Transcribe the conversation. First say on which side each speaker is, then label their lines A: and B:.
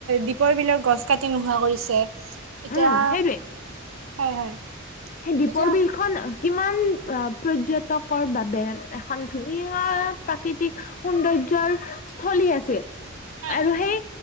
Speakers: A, on the right; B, on the left.
A: দ্বীপৰ বিলৰ গছ কাটি নোহোৱা কৰিছে। এতিয়া
B: উম সেইটোৱে
A: হয় হয়
B: সেই দ্বীপৰ
A: এতিয়া
B: বিলখন কিমান পৰ্য্যটকৰ বাবে এখন ধুনীয়া প্ৰাকৃতিক সৌন্দৰ্যৰ স্থলী আছিল
A: হয়
B: আৰু সেই